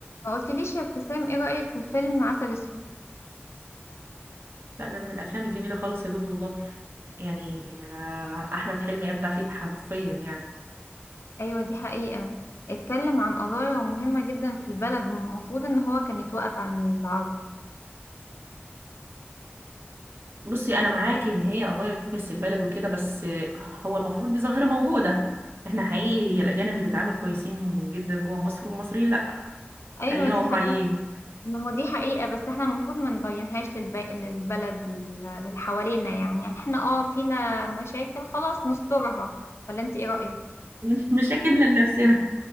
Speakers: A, on the left; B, on the right.
A: ما قلتليش يا ابتسام ايه رأيك في فيلم عسل اسود
B: لا ده من الافلام الجميله خالص يا دود والله يعني آه، احمد حلمي ابدع فيه حرفيا يعني
A: ايوه دي حقيقة اتكلم عن قضايا مهمة جدا في البلد المفروض ان هو كان يتوقف عن العرض
B: بصي انا معاكي ان هي قضايا بتمس البلد وكده بس آه، هو المفروض دي ظاهره موجوده احنا حقيقي هي الاجانب بتتعامل كويسين جدا جوه مصر والمصريين لا
A: ايوه
B: خلينا
A: دي
B: واقعيين
A: حقيقة ما هو دي حقيقة بس احنا المفروض ما نبينهاش للب... للبلد لل- للي حوالينا يعني يعني احنا اه فينا مشاكل خلاص نسترها ولا انت ايه رأيك
B: <laughs> مشاكلنا لنفسنا